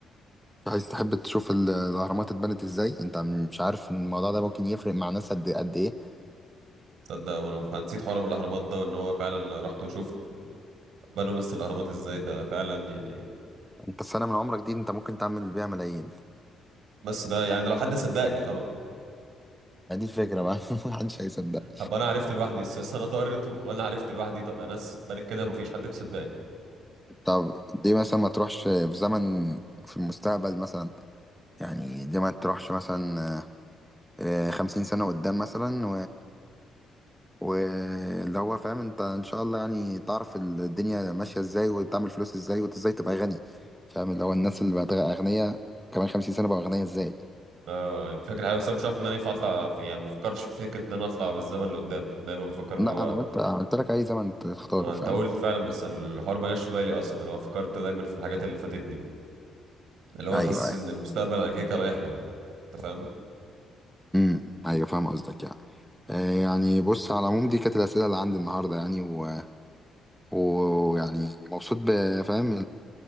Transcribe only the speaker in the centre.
عايز تحب تشوف ال- الأهرامات اتبنت إزاي أنت مش عارف إن الموضوع ده ممكن يفرق مع ناس قد قد إيه
أنت السنة من عمرك دي أنت ممكن تعمل بيها ملايين
يعني دي الفكرة بقى <laughs> محدش هيصدق
طب دي مثلا ما تروحش في زمن في المستقبل مثلا يعني دي ما تروحش مثلا آه، خمسين سنة قدام مثلا واللي هو فاهم انت ان شاء الله يعني تعرف الدنيا ماشية ازاي وتعمل فلوس ازاي وانت ازاي تبقى غني فاهم اللي هو الناس اللي بقت اغنياء كمان 50 سنة بقى اغنياء ازاي
لا
انا قلت قلت لك اي زمن تختاره
فاهم
ايوه
ايوه
امم ايوه فاهم قصدك يعني آه، يعني بص على العموم دي كانت الأسئلة اللي عندي النهاردة يعني و- ويعني مبسوط بفهم